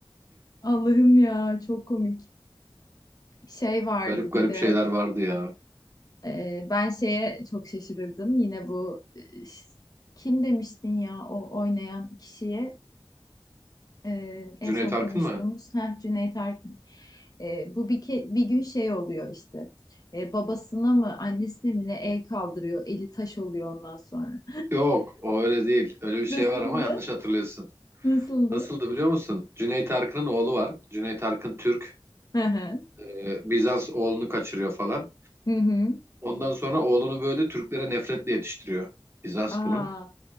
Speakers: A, on the left; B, on the right.
A: Allah'ım ya çok komik. Şey vardı
B: Garip garip
A: bir de
B: şeyler vardı ya.
A: e, ben şeye çok şaşırırdım. Yine bu e, ş- kim demiştin ya o oynayan kişiye e, en
B: Cüneyt
A: son
B: Arkın
A: konuştuğumuz
B: mı?
A: Heh, Cüneyt Arkın. E, bu bir, ke- bir gün şey oluyor işte. E, babasına mı annesine mi ne el kaldırıyor. Eli taş oluyor ondan sonra.
B: Yok, o öyle değil.
A: <laughs>
B: Öyle bir şey
A: Nasıldı?
B: var ama yanlış hatırlıyorsun.
A: Nasıldı?
B: Nasıldı biliyor musun? Cüneyt Arkın'ın oğlu var. Cüneyt Arkın Türk.
A: Hı hı.
B: Ee, Bizans oğlunu kaçırıyor falan.
A: Hı hı.
B: Ondan sonra oğlunu böyle Türklere nefretle yetiştiriyor. Bizans
A: Aa.
B: bunun.